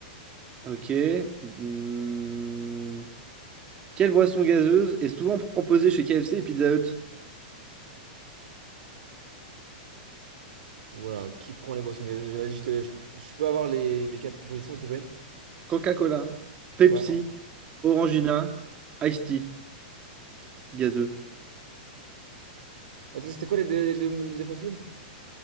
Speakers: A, on the right (about 25°); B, on the right (about 70°).
A: Ok. Hmm. Quelle boisson gazeuse est souvent proposée chez KFC et Pizza Hut?
B: Voilà, qui prend les boissons gazeuses? Vas-y, je te, je, je peux avoir les, les quatre propositions, s'il te plaît?
A: Coca-Cola, Pepsi,
B: Ouais.
A: Orangina, Ice Tea, gazeux.
B: Attends, c'était quoi les deux, les deux, les deux fast-food?